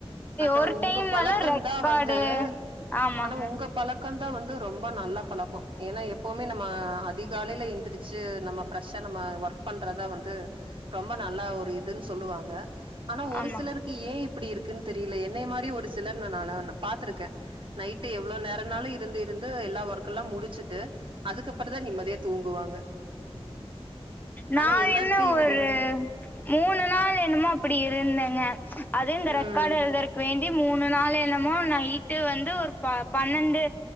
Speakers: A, on the right; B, on the left.
A: அது
B: ஒரு
A: உங்க
B: டைம்
A: பழக்கந்தா
B: எல்லா ரெக்கார்டு
A: வந்து
B: ஆமாங்க
A: ஆனா உங்க பழக் கந்தா வந்து ரொம்ப நல்ல பழக்கோ ஏன்னா எப்பவுமே நம்ம அதிக் காலையில எழுந்திரிச்சு நம்ம ஃப்ரெஷ்ஷா நம்ம ஒர்க் பண்றதா வந்து ரொம்ப நல்லா ஒரு இதுன்னுஸ் சொல்லுவாங்க ஆனா ஒரு
B: ஆமாங்க
A: சிலருக்கு ஏ இப் ப்டி இருக் இருக்குன்னு தெரியல என்னய மாரியு ஒரு சிலர் நா பாத்திருக்கே நைட்டு எவ்ளோ நேரோனாலு இருந்து இருந்து எல்லா ஒர்க்கல்லா முடிச்சுட்டு அதுக்கப்புற தா நிம்மதியா தூங்குவாங்க
B: நா
A: ஆனா எல்லாத்தையு
B: என்ன ஒரு
A: விடையுமே
B: மூணு நாள் என்னமோ அப்படி இருந்தேங்க ஆஹ அது இந்த
A: ம்
B: ரெக்கார்டு எழுதற்கு வேண்டி மூணு நாள் என்னமோ நைட்டு வந்து ஒரு பன்னெண்டு